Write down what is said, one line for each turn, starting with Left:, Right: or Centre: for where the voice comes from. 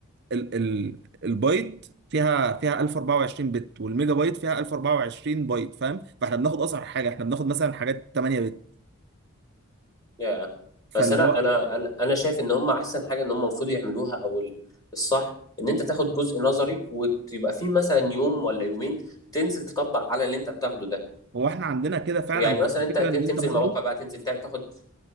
Right: ال ال البايت فيها فيها 1024 بت والميجا بايت فيها 1024 بايت فاهم فاحنا بناخد اصغر حاجه احنا بناخد مثلا حاجات 8 بت
Left: يا
Right: فاللي
Left: بس انا
Right: هو
Left: انا انا أنا شايف ان هم احسن حاجه ان هم المفروض يعملوها او ال- الصح ان انت تاخد جزء نظري ويبقى فيه مثلا يوم ولا يومين تنزل تطبق على اللي انت بتاخده ده
Right: هو احنا عندنا كده فعلا
Left: يعني
Right: بس
Left: مثلا
Right: الفكره
Left: انت تن-
Right: ان
Left: تنزل
Right: انت برضو
Left: مواقع بقى تنزل تا- تاخد